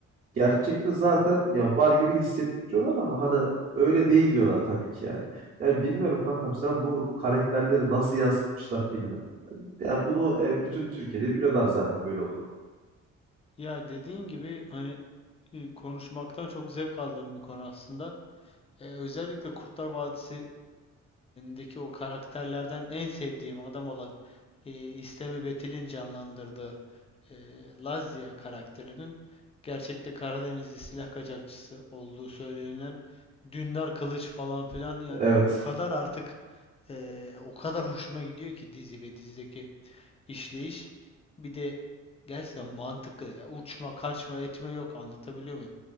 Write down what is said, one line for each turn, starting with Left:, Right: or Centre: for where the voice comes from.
Right: Gerçekte zaten ya var gibi hissettiriyorlar ama hani öyle değil diyorlar tabii ki yani. Yani bilmiyorum kankam sen bu karakterleri nasıl yansıtmışlar filme. Yani bunu e, bütün Türkiye'de biliyorlar zaten böyle oldu.
Left: Ya dediğin gibi hani e, konuşmaktan çok zevk aldığım bir konu aslında. E, özellikle Kurtlar Vadisi deki o karakterlerden en sevdiğim adam olan e, İstemi Betil'in canlandırdığı e, Lazia karakterinin gerçekte Karadenizli silah kaçakçısı olduğu söylenilen Dündar Kılıç falan filan yani
Right: Evet.
Left: o kadar artık e, o kadar hoşuma gidiyor ki dizi ve dizideki işleyiş. Bir de gerçekten mantıklı ya uçma kaçma etme yok anlatabiliyor muyum?